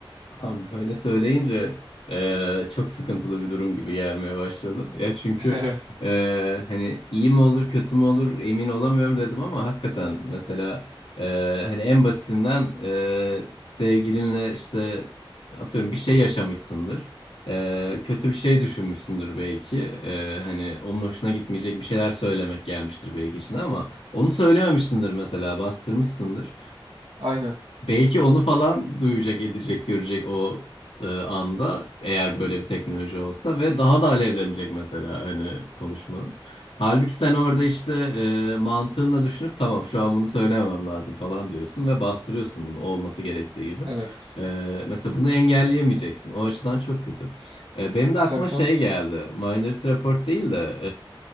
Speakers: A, on the left; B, on the right.
A: Abi böyle söyleyince e, çok sıkıntılı bir durum gibi gelmeye başladı. Ya çünkü
B: <laughs> Evet.
A: e, hani iyi mi olur kötü mü olur emin olamıyorum dedim ama hakikaten mesela e, hani en basitinden e, sevgilinle işte atıyorum bir şey yaşamışsındır. E, kötü bir şey düşünmüşsündür belki. E, hani onun hoşuna gitmeyecek bir şeyler söylemek gelmiştir belki içine ama onu söylememişsindir mesela bastırmışsındır.
B: Aynen.
A: Belki onu falan duyacak, edecek, görecek o e, anda eğer böyle bir teknoloji olsa ve daha da alevlenecek mesela hani konuşmanız. Halbuki sen orada işte e, mantığınla düşünüp tamam şu an bunu söylememem lazım falan diyorsun ve bastırıyorsun bunu olması gerektiği gibi.
B: Evet.
A: E, mesela bunu engelleyemeyeceksin. O açıdan çok kötü. E, benim de aklıma
B: Tabii tabii.
A: şey geldi. Minority Report değil de